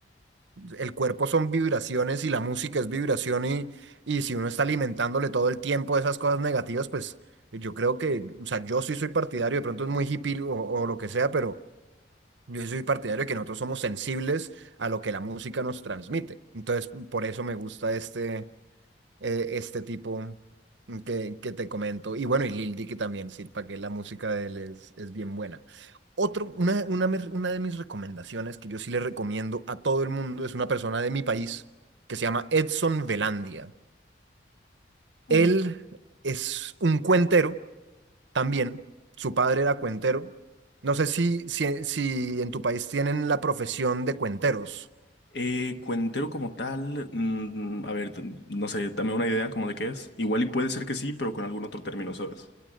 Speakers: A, on the right; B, on the left.
A: el cuerpo son vibraciones y la música es vibración y, y si uno está alimentándole todo el tiempo esas cosas negativas, pues yo creo que, o sea, yo sí soy partidario, de pronto es muy hippie o, o lo que sea, pero yo sí soy partidario de que nosotros somos sensibles a lo que la música nos transmite. Entonces, por eso me gusta este, eh, este tipo que, que te comento. Y bueno, y Lil Dicky también, sí, para que la música de él es, es bien buena. Otro, una, una, me- una de mis recomendaciones que yo sí le recomiendo a todo el mundo es una persona de mi país que se llama Edson Belandia.
B: Mm.
A: Él es un cuentero también, su padre era cuentero. No sé si, si, si en tu país tienen la profesión de cuenteros.
B: Eh, cuentero como tal, mm, a ver, t- no sé, dame una idea como de qué es. Igual y puede ser que sí, pero con algún otro término, ¿sabes?